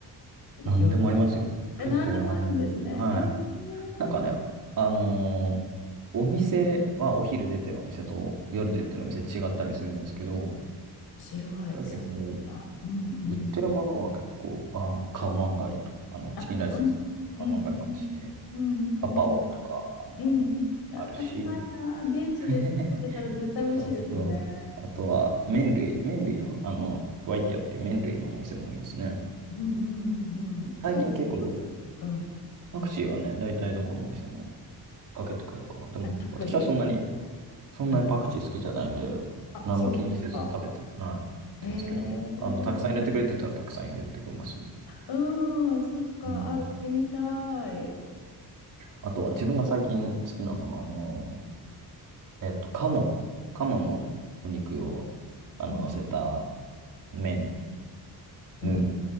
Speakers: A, on the left; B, on the right.
A: この夜は。
B: なんでもありますよ。結構なんでもある。
A: え、何でもあるんですね。
B: はい。
A: えー、
B: なんかね、あのーお店はお昼出てるお店と夜出てるお店違ったりするんですけど、
A: 面白い。
B: だけど、
A: そうなんだ。うんうん。
B: 売ってるものは結構、あ、カオマンガイと、あの、
A: あ、
B: チキンライスですね。
A: うん。
B: カオマンガイもあるし、
A: うん。うん。うん。
B: パパオとか、
A: うん。
B: あの、
A: うんあ、
B: あるし、
A: 食べたいな。現地で食べたら絶対美味しいですよね。
B: <laughs> そうそう。あとは、麺類、麺類の、あの、クワイティアっていう麺類のお店もいいですね。
A: うんうんうんうんうん。
B: 最近結構よ、
A: パクチーいきますうん。
B: パクチーはね、大体どこのお店もかけてくれるかな。でも、
A: あ、たっぷり
B: 私はそんなに、そんなにパクチー好きじゃないんで、
A: うん。あ、
B: 何も気にせず食べて、
A: そうなんですか。
B: はい、食べてますけど、
A: へえ。
B: あの、たくさん入れてくれてたらたくさん入れてくれますよ。
A: うん、そっか。
B: うん。
A: あ、行ってみたい。
B: あとは、自分が最近好きなのは、あの、えっと、鴨、鴨のお肉を、あの、
A: うん。
B: 乗せた麺、
A: うん。
B: ヌー